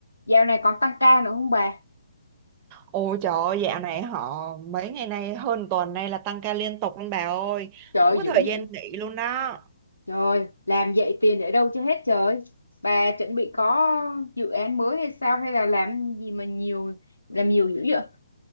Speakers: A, on the left; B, on the right.
A: Dạo này còn tăng ca nữa không bà?
B: Ôi trời ơi, dạo này họ mấy ngày nay hơn tuần nay là tăng ca liên tục luôn bà ơi
A: Trời
B: Không
A: ơi,
B: có
A: dữ
B: thời
A: vậy.
B: gian nghỉ luôn đó
A: Trời ơi, làm vậy tiền để đâu cho hết trời. Bà chuẩn bị có dự án mới hay sao hay là làm gì mà nhiều làm nhiều dữ vậy?